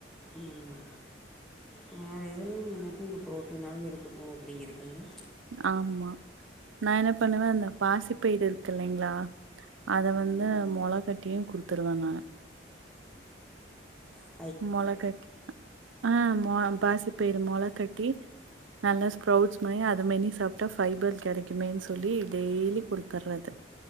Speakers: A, in the centre; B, on the right.
A: ம் வேறு எதுலயும் இல்லாட்டி இந்த ப்ரோடீனாவ்து இருக்கட்டு அப்டிங்கிறக்காக
B: ஆமா நா என்ன பண்ணுவ அந்த பாசிபயிறு இருக்கில்லைங்ளா அத வந்து மொளகட்டியு குடுத்திருவ நானு
A: ம்
B: மொளக்கட்டி அ ஆமா மா பாசிப்பயிறு மொள கட்டி நல்ல ஸ்ப்ரவுட்ஸ் மாரி அத மென்னி சாப்டா ஃபைபர் கெடைக்குமேன் சொல்லி டெய்லி குடுத்தர்றது